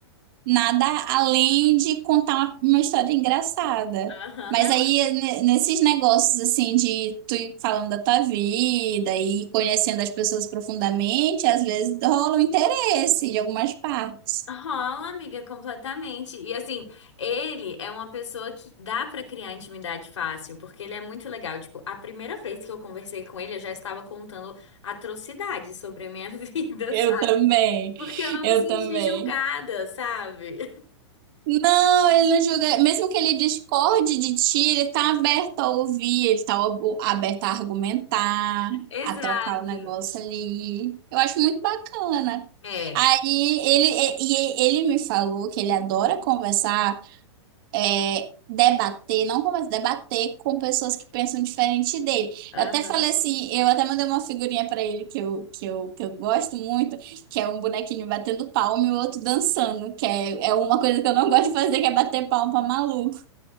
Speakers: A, on the right; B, on the left.
A: nada além de contar uma, uma história engraçada.
B: Aham,
A: Mas
B: não,
A: aí, ne- nesses negócios assim de tu ir falando da tua vida e conhecendo as pessoas profundamente, às vezes rola um interesse de algumas partes.
B: rola, amiga, completamente. E assim, ele é uma pessoa que dá pra criar intimidade fácil, porque ele é muito legal. Tipo, a primeira vez que eu conversei com ele, eu já estava contando atrocidades sobre a minha <laughs> vida,
A: Eu
B: sabe?
A: também,
B: Porque eu não
A: eu
B: me senti
A: também.
B: julgada, sabe?
A: Não, ele não julga. Mesmo que ele discorde de ti, ele tá aberto a ouvir, ele tá ob- aberto a argumentar,
B: <laughs> Exato.
A: a trocar o negócio ali. Eu acho muito bacana.
B: É.
A: Aí ele, e- e ele me falou que ele adora conversar é, debater, não conversa, debater com pessoas que pensam diferente dele.
B: Aham.
A: Eu até falei assim, eu até mandei uma figurinha pra ele que eu, que eu, que eu gosto muito, que é um bonequinho batendo palma e o outro dançando, que é, é uma coisa que eu não gosto de fazer, que é bater palma pra maluco.